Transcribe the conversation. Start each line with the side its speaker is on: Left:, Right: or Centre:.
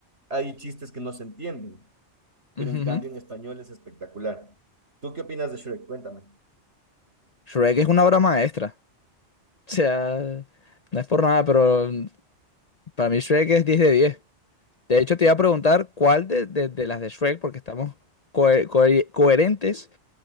Right: hay chistes que no se entienden, pero
Left: Ujujú.
Right: en cambio en español es espectacular. ¿Tú qué opinas de Shrek? Cuéntame.
Left: Shrek es una obra maestra. O sea, no es por nada, pero para mí Shrek es diez de 10. De hecho, te iba a preguntar cuál de, de- de las de Shrek, porque estamos cohe- cohe- coherentes